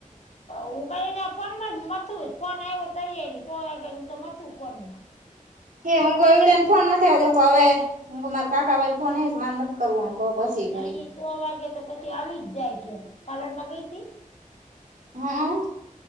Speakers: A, on the left; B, on the right.
A: હું કઈ ને ફોન માં જ મથું ફોન આવ્યો તોઈ ને તો વાગે ન તો મથું ફોન માં
B: હેમ. હડે ને ફોન નથી આવતો હ હવે હ મારે કાકા ભાઈ ફોન માન નથી કરવું હમ કહ પછી
A: નહી
B: કરી.
A: સો વાગે તો પછી આવી જ જાય છે કલર માં ગઈ.
B: હા.